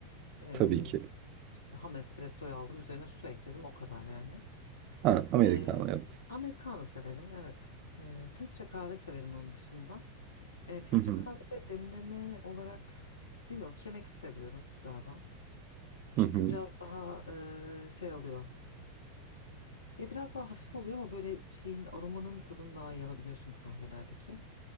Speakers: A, on the left (about 70°); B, on the right (about 40°).
A: E,
B: Tabii ki.
A: işte ham espressoyu aldım üzerine su ekledim o kadar yani.
B: Ha, Amerikanlı
A: Ee,
B: yaptın.
A: Americano severim, evet. Ee, filtre kahve severim onun dışında. Ee, filtre
B: Hı hı.
A: kahvede demleme olarak bilmiyorum Chemex seviyorum galiba. Çünkü
B: Hı hı.
A: biraz daha e, şey oluyor. Ya biraz daha hafif oluyor ama böyle şeyin aromanın tadını daha iyi alabiliyorsun kahvelerdeki.